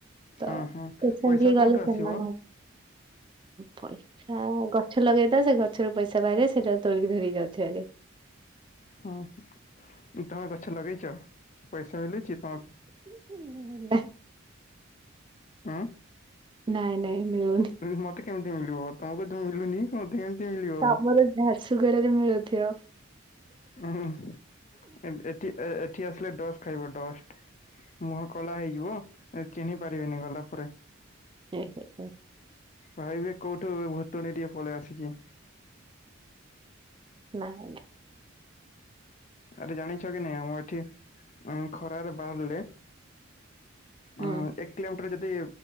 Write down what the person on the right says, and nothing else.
ତ
ପେସେଣ୍ଟ
ହେଇଗଲେ
ସେମାନଙ୍କୁ ପଇସା ଗଛ ଲଗେଇଦବ ସେ ଗଛରୁ ପଇସା ବାହାରିବ ସେଟାକୁ ତୋଳିକି ଧରିକି ଆଉଥିଭାରି।
ନାଁ।
ନାଇଁ ନାଇଁ ମିଳୁନି।
ଆମର ଝାରସୁଗୁଡାରେ ମିଳୁଥିବ?
ଏ ହେ ଏ।
ନାଁ।
ହୁଁ